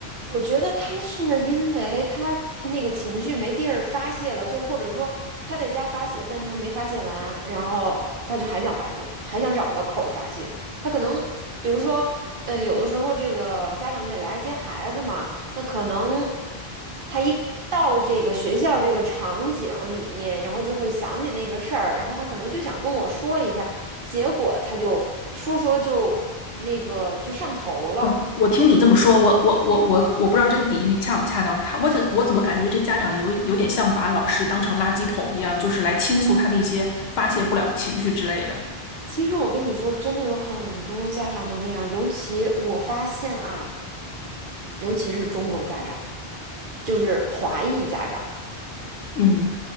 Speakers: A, on the right (about 60°); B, on the left (about 80°).
A: 我觉得他是因为他那个情绪没地儿发泄了，就或者说他在家发泄，但他没发泄完，然后他就还想发泄，还想找一个口儿发泄。他可能，比如说，呃，有的时候这个家长得来接孩子嘛，那可能他一到这个学校这个场景里面，然后就会想起那个事儿，然后他可能就想跟我说一下，结果他就说说就那个就上头了。
B: 嗯，我听你这么说，我我我我我不知道这个比喻恰不恰当。他我怎我怎么感觉这家长有有点像把老师当成垃圾桶一样，就是来倾诉他那些发泄不了的情绪之类的。
A: 其实我跟你说，真的有很多家长都这样，尤其我发现啊，尤其是中国家长，就是华裔家长，
B: 嗯，